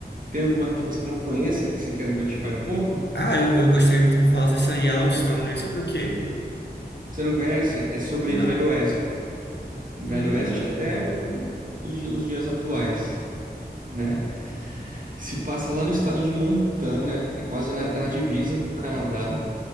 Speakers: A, on the right; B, on the left.
A: Tem alguma que você não conheça que você queira que eu te fale um pouco?
B: Ah, eu, eu gostaria que tu me falasse essa Yellowstone, né? Sobre o quê?
A: Você não conhece? É sobre
B: Não.
A: Velho Oeste. Velho
B: Hum.
A: Oeste até o- o di- os dias atuais, né? Se passa lá no estado de Montana, é quase na, é na divisa com o Canadá,